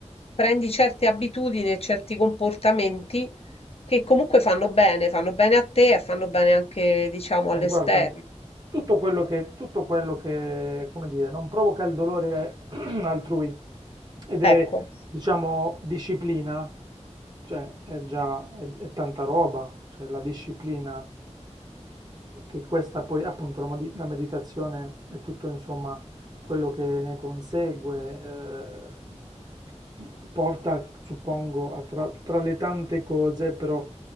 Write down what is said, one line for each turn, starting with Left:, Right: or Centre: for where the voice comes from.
Left: prendi certe abitudini e certi comportamenti che comunque fanno bene, fanno bene a te e fanno bene anche, diciamo,
Right: Eh,
Left: all'esterno.
Right: guarda, tutto quello che, tutto quello che, come dire, non provoca il dolore <clears throat> altrui ed è,
Left: Ecco,
Right: diciamo, disciplina, cioè è già è, è tanta roba, cioè la disciplina che questa poi, appunto, la, modi- la meditazione è tutto, insomma, quello che ne consegue, eh, porta, suppongo, a tra, tra le tante cose, però,